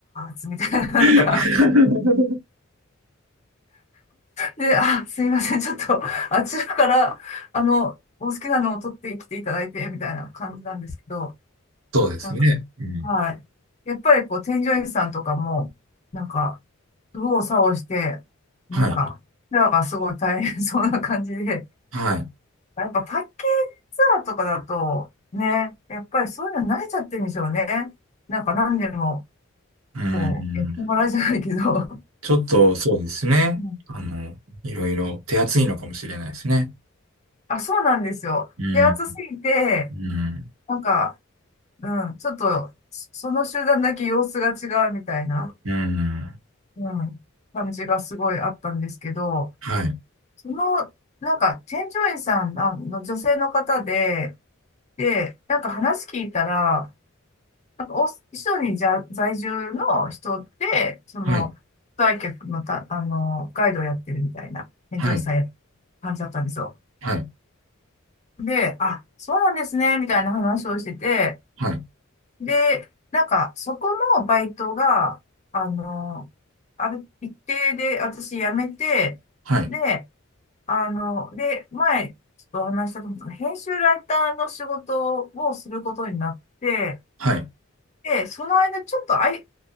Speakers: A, on the left; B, on the right.
A: つみたいな、なんか、
B: <laughs>
A: で、あ、すいません、ちょっと、あちらから、あの、お好きなのを取ってきていただいて、みたいな感じなんですけど、
B: そうですね。
A: なん
B: うん。
A: はい。やっぱりこう、添乗員さんとかも、なんか、右往左往して、なんか、
B: はい。
A: なんかすごい大変そうな感じで、
B: はい。
A: やっぱパッケージツアーとかだと、ね、やっぱりそういうの慣れちゃってるんでしょうね。なんか何でも、
B: うん。
A: こう、やってもらうじゃないけど。
B: ちょっと、そうですね。
A: うん
B: あの、いろいろ手厚いのかもしれないですね。
A: あ、そうなんですよ。
B: うん。
A: 手厚すぎて、
B: うん。
A: なんか、うん、ちょっと、そその集団だけ様子が違うみたいな、
B: うん。
A: うん、感じがすごいあったんですけど、
B: はい。
A: その、なんか、チェン・ジョイさんあの女性の方で、で、なんか話聞いたら、なんかオース、一緒にじゃ在住の人で、その、
B: はい。
A: 来客のた、あの、ガイドをやってるみたいな、チェン・
B: はい。
A: ジョイさんや感じだったんですよ。
B: はい。
A: で、あ、そうなんですね、みたいな話をしてて、
B: はい。
A: で、なんか、そこのバイトが、あの、ある一定で私辞めて、
B: はい。
A: で、あの、で、前、ちょっとお話ししたと思うんですけど、編集ライターの仕事をすることになって、
B: はい。
A: で、その間、ちょっとあい、